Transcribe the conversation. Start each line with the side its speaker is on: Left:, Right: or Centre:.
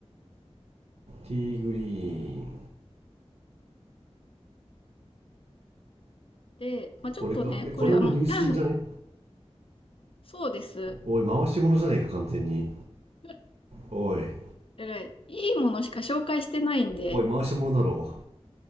Right: ティーグリーン
Left: で、まあ、ちょっとね、
Right: これかえこれもニュースキンじゃね
Left: これあの、<laughs> そうです。
Right: おい回し物じゃないか完全に
Left: だか
Right: おい
Left: ら、いいものしか紹介してないんで、
Right: おい回し物だろ